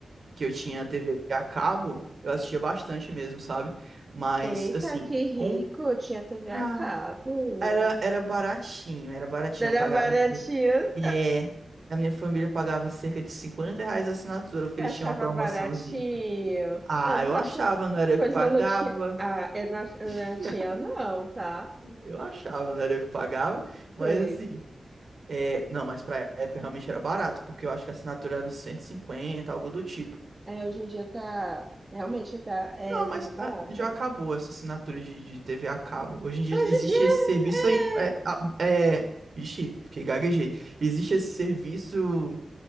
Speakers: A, on the right; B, on the right.
A: que eu tinha TV a cabo, eu assistia bastante mesmo, sabe? Mas
B: Eita,
A: assim,
B: que
A: com
B: rico! Tinha TV
A: ah,
B: a cabo.
A: era era baratinho, era baratinho,
B: Não era
A: eu pagava
B: baratinho,
A: é, a minha família pagava cerca de 50 reais a assinatura porque
B: Você
A: eles
B: achava
A: tinham uma promoçãozinha.
B: baratinho?
A: Ah,
B: Eu não
A: eu achava,
B: achava.
A: não era eu
B: Pois
A: que pagava.
B: eu não tinha. Ah, eu não, ach- eu
A: <laughs>
B: não tinha, não, tá?
A: Eu achava, né? Era eu que pagava, mas
B: Sim.
A: assim, é, não, mas pra época realmente era barato, porque eu acho que a assinatura era uns 150, algo do tipo.
B: É, hoje em dia tá. Realmente tá, é,
A: Não,
B: tá
A: mas
B: barato.
A: ah, já acabou essa assinatura de, de TV a cabo. Hoje em dia
B: Hoje
A: existe
B: em dia
A: esse serviço
B: é.
A: aí. É, a- é, ixi, fiquei gaguejei. Existe esse serviço